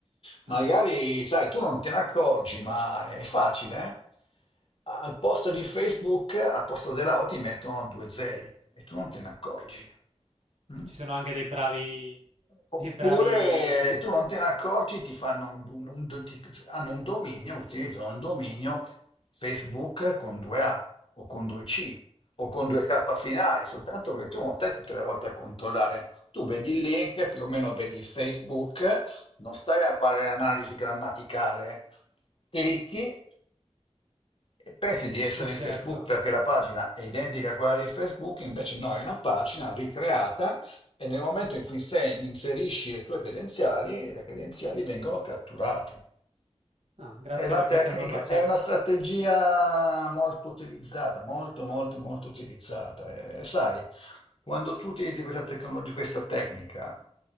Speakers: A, on the left; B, on the right.
A: Magari,
B: Ah,
A: sai, tu non te ne accorgi, ma è facile. eh? Al posto di Facebook, al posto della O ti mettono due zeri e tu non te ne accorgi. Mm?
B: ci sono anche dei bravi.
A: Oppure
B: Dei bravi. De...
A: tu non te ne accorgi, ti fanno un, un- un do- ti- hanno un dominio, utilizzano un dominio Facebook con 2A o con 2C o con 2K finali, soltanto che tu non stai tutte le volte a controllare. Tu vedi il link, più o meno vedi Facebook, non stai a fare l'analisi grammaticale, clicchi e pensi di essere
B: Eh, certo.
A: in Facebook perché la pagina è identica a quella di Facebook, invece no, è una pagina ricreata e nel momento in cui se inserisci le tue credenziali, le credenziali vengono catturate.
B: Ah, grazie
A: È una
B: per
A: tecnica,
B: questa informazione.
A: è una strategia molto utilizzata, molto, molto, molto utilizzata. E sai, quando tu utilizzi questa tecnologia, questa tecnica